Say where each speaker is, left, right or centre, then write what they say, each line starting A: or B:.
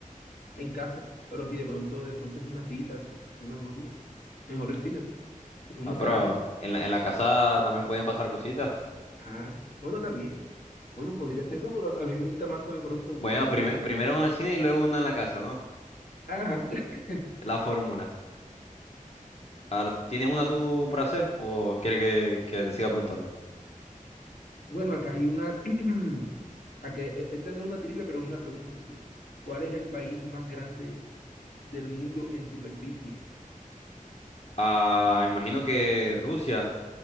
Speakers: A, on the left; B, on the left.
A: en casa, pero si de pronto, de pronto es una cita con una novia, mejor el cine, ¿no? Uno
B: Ah,
A: sale,
B: pero en la, en la casa también pueden pasar cositas.
A: ah, bueno, también, bueno, podría ser, no, pero a mí me gusta más con de pronto, bueno,
B: Bueno,
A: uno,
B: prime- primero una en el cine y luego una en la casa, ¿no?
A: ajá, <laughs>
B: La fórmula. Ahora, ¿tienes una tú para hacer o quieres que, que te siga preguntando?
A: bueno, acá hay una, <clears throat> acá, e- esta no es una trivia, pero es una pregunta, y que, ¿cuál es el país más grande del mundo en superficie?
B: Ah, imagino que Rusia,